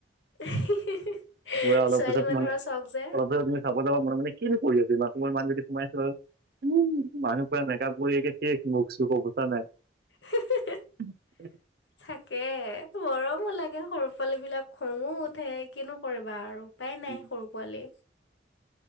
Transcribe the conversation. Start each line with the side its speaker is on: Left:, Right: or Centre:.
Left: এহ হে হে
Right: পুৰা অলপ
Left: ছোৱালী
Right: পিছত
Left: মানুহৰ
Right: মানে
Left: চখ যে
Right: অলপ তুমি চাব যাবা মনে মনে কিনো কৰি আছে ইমান সময় মানুহজনি সোমাই আছে উম বাহিৰত পুৰা মেকআপ কৰি একে শেষ মুখ চুখ অৱস্থা নাই।
Left: হি হি
Right: <inaudible>
Left: তাকে মৰমো লাগে সৰু পোৱালি বিলাক খং ও উঠে কিনো কৰিবা আৰু। উপাই নাই
Right: উম,
Left: সৰু পোৱালি।